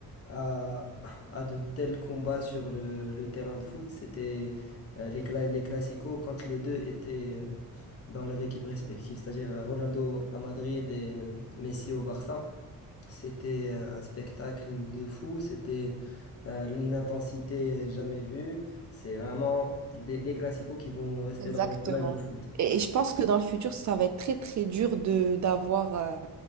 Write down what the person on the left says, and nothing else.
à, à de tels combats sur le, le terrain de foot. C'était euh, les, cla- les classicos quand les deux étaient euh, dans leur équipe respective, c'est-à-dire euh, Ronaldo à Madrid et euh, Messi au Barça. C'était euh, un spectacle de fou, c'était euh, une intensité jamais vue. C'est vraiment des- les classicos qui vont rester
dans les annales du foot.